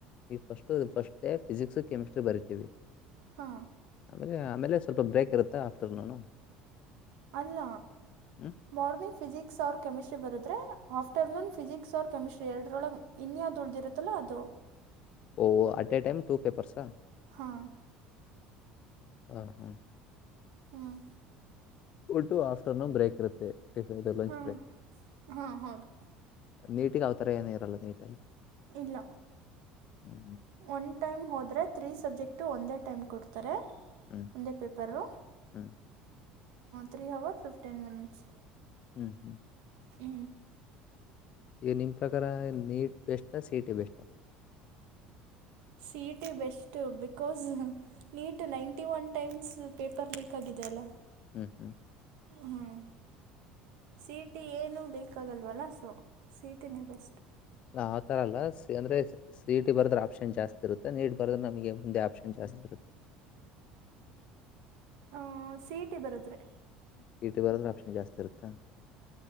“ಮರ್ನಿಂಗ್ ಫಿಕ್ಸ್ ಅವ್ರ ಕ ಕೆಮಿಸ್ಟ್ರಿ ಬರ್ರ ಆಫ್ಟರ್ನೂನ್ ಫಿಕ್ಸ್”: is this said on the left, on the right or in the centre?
Right